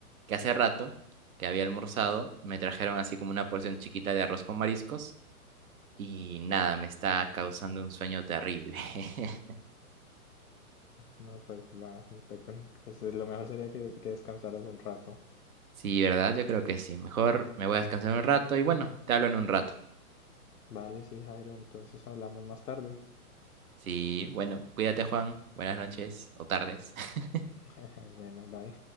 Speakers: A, on the right; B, on the left.
A: que hace rato que había almorzado, me trajeron así como una porción chiquita de arroz con mariscos y nada, me está causando un sueño terrible. <laughs>
B: No, pues va, te- pues lo mejor sería que, que descansaras un rato.
A: Sí, ¿verdad? Yo creo que sí. Mejor me voy a descansar un rato y bueno, te hablo en un rato.
B: Vale, sí, Jairo, entonces hablamos más tarde.
A: Sí, bueno, cuídate, Juan. Buenas noches o tardes. <laughs>
B: <laughs> Bueno, bye.